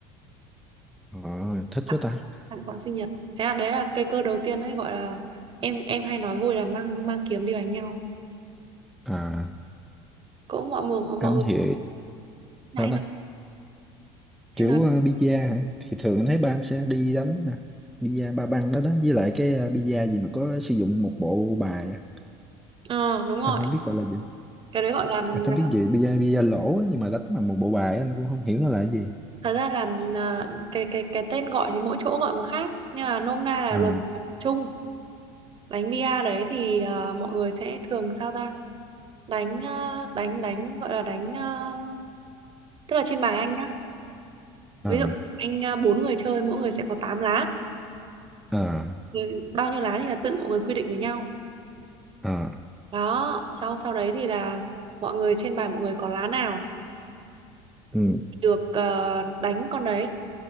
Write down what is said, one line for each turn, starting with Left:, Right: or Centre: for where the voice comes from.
Centre: À, thích
Right: tặng
Centre: quá ta.
Right: tặng quà sinh nhật đấy là, đấy là cây cơ đầu tiên đấy gọi là em em hay nói vui là mang mang kiếm đi đánh nhau
Centre: À,
Right: cũng mọi người mọi
Centre: anh
Right: người
Centre: thì
Right: dạ,
Centre: sao
Right: anh
Centre: ta?
Right: nói anh
Centre: Kiểu
Right: nói
Centre: uh, a hả? Thì thường anh thấy ba anh sẽ đi đánh nè. a ba băng đó đó. Với lại cái uh, a gì mà có sử dụng một bộ bài. á.
Right: ờ đúng rồi
Centre: Anh không biết gọi là gì.
Right: cái đấy gọi là là-
Centre: Anh không biết gì. bi-a Bida, a lỗ á, nhưng mà đánh bằng một bộ bài á, anh cũng không hiểu nó là cái gì.
Right: thật ra là là cái cái cái tên gọi thì mỗi chỗ gọi một khác nhưng mà nôm na là
Centre: À,
Right: luật chung đánh bia đấy thì ờ, mọi người sẽ thường sao ta đánh ờ, đánh đánh gọi là đánh ờ, tức là trên bài anh nhá ví
Centre: à,
Right: dụ anh ờ, bốn người chơi mỗi người sẽ có 8 lá
Centre: à,
Right: Thì bao nhiêu lá thì là tự mọi người quy định với nhau
Centre: à,
Right: đó sau sau đấy thì là mọi người trên bàn mọi người có lá nào
Centre: ừ,
Right: được ờ, đánh con đấy